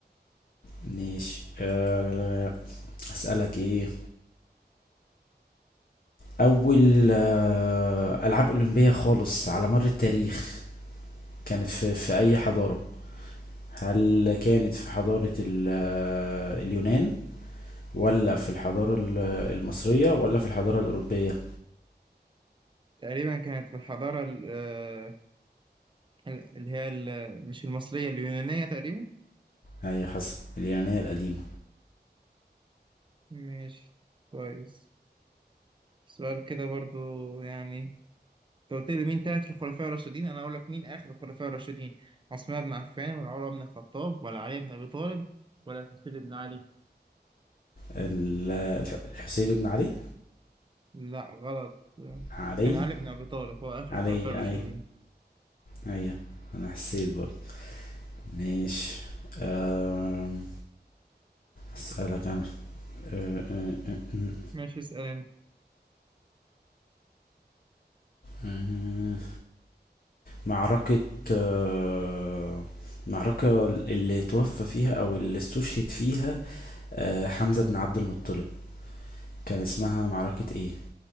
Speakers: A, on the left (about 55°); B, on the right (about 30°).
A: ماشي آه أسألك ايه أول آه، ألعاب أولمبية خالص على مر التاريخ كانت في في أي حضارة هل كانت في حضارة ال- آه، اليونان ولا في الحضارة ال- آه، المصرية ولا في الحضارة الأوروبية
B: تقريبا كانت في الحضارة ال- آه، اللي هي ال- مش المصرية اليونانية تقريبا
A: أيوة حسن اليونانية القديمة
B: ماشي كويس سؤال كده برضو يعني انت قلت لي مين تالت الخلفاء الراشدين انا اقول لك مين اخر الخلفاء الراشدين عثمان بن عفان ولا عمر بن الخطاب ولا علي بن ابي طالب ولا الحسين بن علي
A: ال- آه، الح- الحسين بن علي
B: لا غلط
A: علي
B: كان علي بن ابي طالب هو اخر
A: علي
B: الخلفاء الراشدين
A: أي أيوة أنا حسيت برضه ماشي أم، أسألك أنا أه، أه، أه، أه،
B: ماشي اسال انت
A: أه. معركة آه، معركة اللي توفى فيها أو اللي استشهد فيها آه، حمزة بن عبد المطلب كان اسمها معركة ايه؟